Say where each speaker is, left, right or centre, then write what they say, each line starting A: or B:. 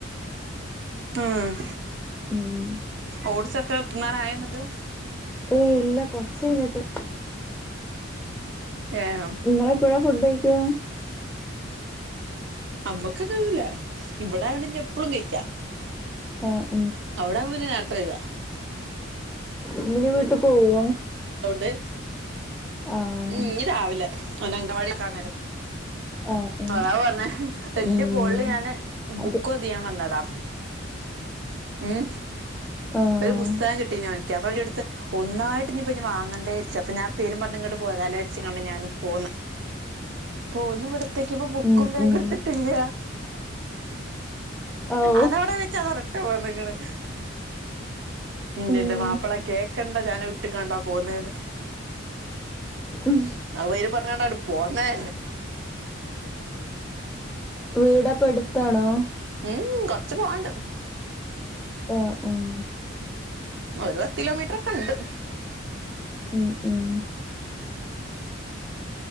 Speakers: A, on the right; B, in the centre.
A: ഉം
B: ഉം
A: ഓട്സൊക്കെ തിന്നാനായോന്ന്ട്ട്?
B: ഏയ് ഇല്ല കൊറ്ച്ചഴിഞ്ഞിട്ട്.
A: ഏ അം
B: ഇങ്ങളെപ്പഴാ ഫുഡഴിക്ക?
A: അമ്മക്കങ്ങനൊന്നുല്ല. ഇവിടെ ആയോണ്ട് ഞ്ഞെപ്പളും കഴിക്ക.
B: അഹ്
A: അവ്ടാവുമ്പ പിന്നെ നേര്ത്തെ കയ്യ
B: ഇന്നിനി വീട്ടു പോവോ?
A: ട്
B: ആഹ്
A: ഇഞ്ഞ് രാവിലെ ഓനങ്കവാടിക്കാന്നേരം
B: ആഹ് ഉം
A: അതാ പറ്ഞ്ഞെ വെല്ല്യ
B: ഉം
A: കോൾല് ഞാന് ബുക്കൊ
B: അത്
A: തെയ്യാൻ വന്നതാ ഉം
B: ആഹ്
A: ഒരു പുസ്തക കിട്ടീനോൻക്ക് അപന്റ് ട്ത്ത് ഒന്നായിട്ട് ഇഞ്ഞ്പ്ഞ്ഞ് വാങ്ങണ്ടേയ്ര്ച് അപ്പൊഞ്ഞ് ആ പോരും പറഞ്ഞ ഞാന് പോന്ന്. പോന്നു ഇവിടെത്തേക്ക്യപ്പൊ ബുക്കും
B: ഉം
A: ബേഗൊടുത്തിട്ടില്ല.
B: ഉം ഔ
A: അതാവ്ടെ വെച്ച് അതടട്ട് പോന്ന്‌ക്ക്ണ്. ഇഞ്ഞ്ൻന്റമാപ്പള
B: ഉം
A: കേക്കണ്ട ഞാനാ ഇട്ട് കാണ്ടാ പോന്നേന്ന്.
B: ഉം
A: അപേരുംപറഞ്ഞാണ്ടട് പോന്നന്നെ.
B: വീടപ്പെടുത്താണോ??
A: ഉം ഉം കൊറ്ച്ച് പോവാണ്ട്.
B: ആഹ് ഉം
A: അ ഒരു പത്ത് കിലോമീറ്റർ ഒക്കെ ഇണ്ട്
B: ഉം ഉം